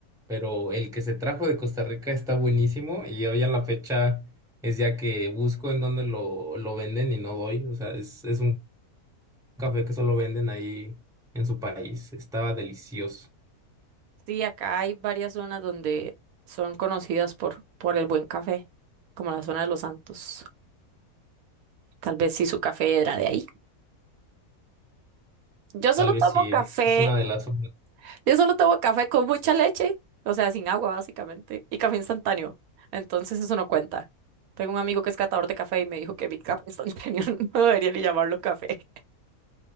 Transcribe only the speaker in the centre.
pero el que se trajo de Costa Rica está buenísimo y hoy a la fecha es ya que busco en dónde lo, lo venden y no doy. O sea, es, es un café que solo venden ahí en su país. Estaba delicioso.
Tal
vez
sí,
es una de las...